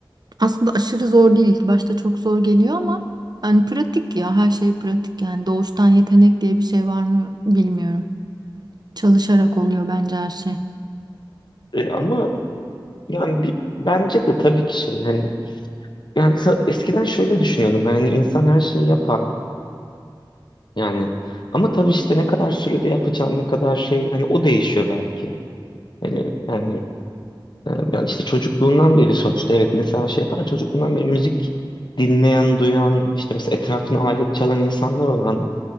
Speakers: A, on the right; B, on the left.
A: Aslında aşırı zor değil. İlk başta çok zor geliyor ama hani pratik ya her şey pratik yani doğuştan yetenek diye bir şey var mı bilmiyorum. Çalışarak oluyor bence her şey.
B: E, ama yani bir, bence de tabii ki şey hani yani sa- eskiden şöyle düşünüyordum yani insan her şeyi yapar yani ama tabii işte ne kadar sürede yapacağın ne kadar şey hani o değişiyor belki. Hani yani, e, yani işte çocukluğundan beri sonuçta evet insan şey yapar çocukluğundan beri müzik dinleyen, duyan, işte mesela etrafına alet çalan insanlar olan